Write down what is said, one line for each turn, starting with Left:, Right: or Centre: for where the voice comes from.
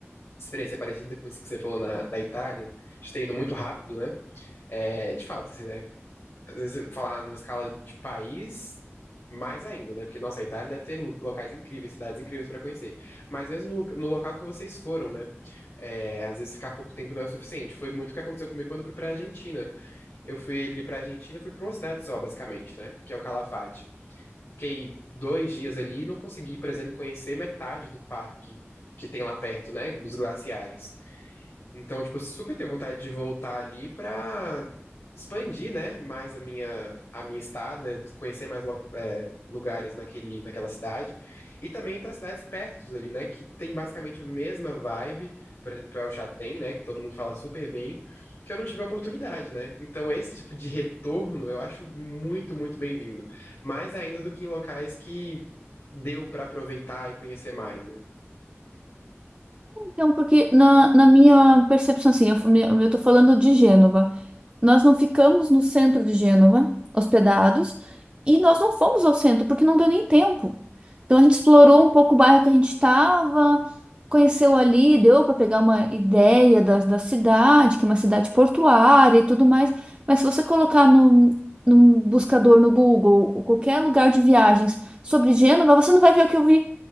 Left: experiência parecida com isso que você falou na, da Itália, de ter ido muito rápido, né? É, de fato, assim, né? às vezes, você falar numa escala de país, mais ainda, né? Porque, nossa, a Itália deve ter lu- locais incríveis, cidades incríveis pra conhecer. Mas mesmo no, lo- no local que vocês foram, né? É, às vezes ficar pouco tempo não é o suficiente. Foi muito o que aconteceu comigo quando eu fui pra Argentina. Eu fui ali pra Argentina, fui pra uma cidade só, basicamente, né? Que é o Calafate. Fiquei dois dias ali e não consegui, por exemplo, conhecer metade do parque que tem lá perto, né? Dos glaciares. Então, tipo, eu super tenho vontade de voltar ali pra expandir, né, mais a minha, a minha estada, conhecer mais lo- é, lugares naquele, naquela cidade. E também para cidades pertos ali, né, que tem basicamente a mesma vibe. Por exemplo, El Chatem, né, que todo mundo fala super bem, que eu não tive a oportunidade, né. Então, esse tipo de retorno eu acho muito, muito bem-vindo. Mais ainda do que em locais que deu pra aproveitar e conhecer mais, né.
Right: Não, porque na, na minha percepção, assim, eu, fui- eu tô falando de Gênova. Nós não ficamos no centro de Gênova, hospedados, e nós não fomos ao centro, porque não deu nem tempo. Então a gente explorou um pouco o bairro que a gente estava, conheceu ali, deu para pegar uma ideia da, da cidade, que é uma cidade portuária e tudo mais. Mas se você colocar num, num buscador no Google, ou qualquer lugar de viagens sobre Gênova, você não vai ver o que eu vi.